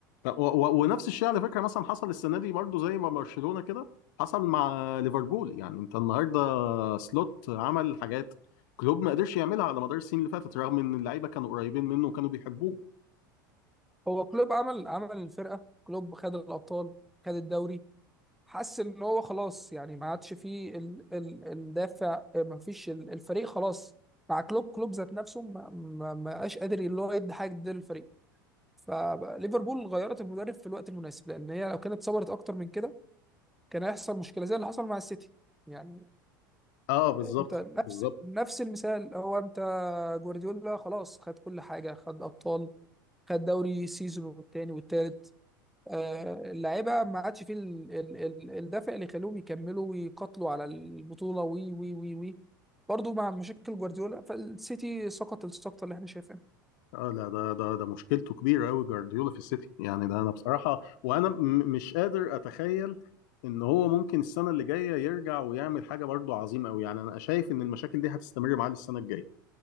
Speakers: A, on the left; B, in the centre.
A: و... ونفس الشيء على فكره مثلا حصل السنه دي برضو زي ما برشلونه كده حصل مع ليفربول يعني انت النهارده سلوت عمل حاجات كلوب ما قدرش يعملها على مدار السنين اللي فاتت رغم ان اللعيبه كانوا قريبين منه وكانوا بيحبوه
B: هو كلوب عمل عمل الفرقه كلوب خد الابطال خد الدوري حس ان هو خلاص يعني ما عادش فيه ال ال الدافع ما فيش ال- الفريق خلاص مع كلوب كلوب ذات نفسه ما ما ما بقاش قادر اللي هو يدي حاجه جديدة للفريق فليفربول غيرت المدرب في الوقت المناسب لان هي لو كانت صبرت اكتر من كده كان هيحصل مشكله زي اللي حصل مع السيتي يعني
A: اه بالظبط
B: انت نفس
A: بالظبط
B: نفس المثال هو انت جوارديولا خلاص خد كل حاجه خد ابطال خد دوري سيزون والتاني والتالت آه، اللعيبه ما عادش فيه ال- ال- ال- الدافع اللي يخليهم يكملوا ويقاتلوا على البطوله وي وي وي وي برضه مع مشاكل جوارديولا فالسيتي سقط السقطه اللي احنا شايفينها
A: اه لا ده ده ده مشكلته كبيره قوي جوارديولا في السيتي يعني ده انا بصراحه وانا م- مش قادر اتخيل ان هو ممكن السنه اللي جايه يرجع ويعمل حاجه برضو عظيمه قوي يعني انا شايف ان المشاكل دي هتستمر معاه للسنه الجايه